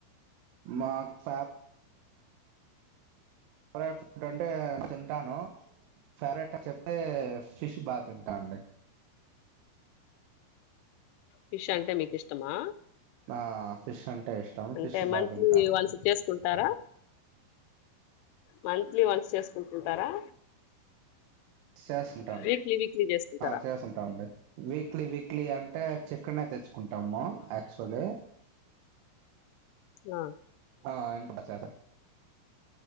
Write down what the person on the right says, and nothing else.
నాకు ప ఫేవరెట్ ఫుడ్ అంటే తింటాను ఫేవరెట్ చె అదే ఫిష్ బాగా ఉంటా అండి
ఆ ఫిష్ అంటే ఇష్టం
ఫిష్
బాగాంటాను
చేస్తుంటా
ఆ చేసుకుంటాండి వీక్లీ వీక్లీ అంటే చికెన్ తెచ్చుకుంటాము యాక్చువలాగా
ఆ ఇప్పుడే చేస్తా